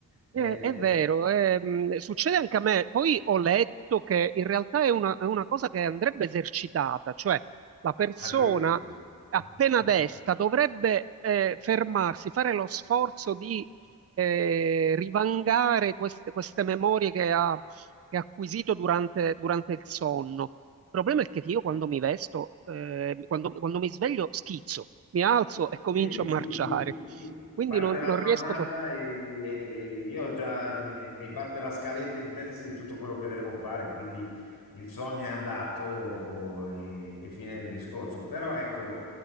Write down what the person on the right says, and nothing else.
Eh, è
vero, ehm, succede anche a me. Poi ho letto che in realtà è una, è una cosa che andrebbe esercitata, cioè la persona
appena
desta dovrebbe eh, fermarsi, fare lo sforzo di eh, rivangare queste, queste memorie che ha, che ha acquisito durante, durante il sonno. Il problema è che io quando mi vesto, eh, quando, quando mi sveglio, schizzo, mi alzo e comincio
a
marciare.
Quindi
non,
non
riesco proprio.